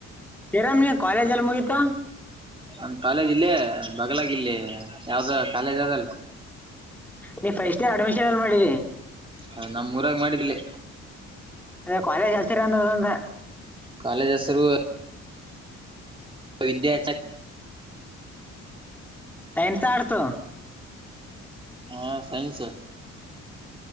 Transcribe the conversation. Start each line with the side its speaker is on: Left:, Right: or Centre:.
Centre: ಇರಾಮ್ ನೀ ಕಾಲೇಜ ಎಲ್ಲಿ ಮುಗೀತಾ.
Right: ನನ್ ಕಾಲೇಜ್ ಇಲ್ಲೇ ಬಗ್ಲಾಗಿಲ್ಲಿ ಯಾವ್ದ ಕಾಲೇಜ್ ಅದಲ್ಲ.
Centre: ನೀ ಫಸ್ಟ್ ಇಯರ್ ಅಡ್ಮಿಷನ್ ಎಲ್ಲಿ ಮಾಡಿದಿ.
Right: ಹ ನಮೂಊರಾಗ ಮಾಡಿದ್ಲೇ
Centre: ಅದ ಕ್ವಲೇಜ್ ಹೆಸರಿನದ ಅಂದ.
Right: ಕಾಲೇಜ್ ಹೆಸರುವ ವಿದ್ಯಾ ಚ
Centre: ಟೈನ್ಸು ಆರ್ಟ್ಸ್
Right: ಹಾ ಸೈನ್ಸ್.